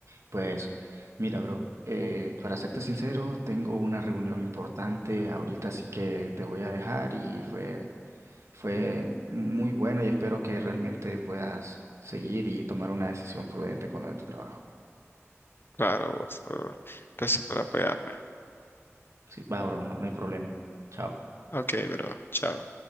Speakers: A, on the right (about 75°); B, on the left (about 50°).
A: Pues, mira, bro, eh, para serte sincero, tengo una reunión importante ahorita, así que te voy a dejar y fue, fue muy bueno y espero que realmente puedas seguir y tomar una decisión prudente con lo de tu trabajo.
B: Claro, por favor. Gracias por apoyarme.
A: Sí, va, bro, no, no hay problema. Chao.
B: Ok, bro, chao.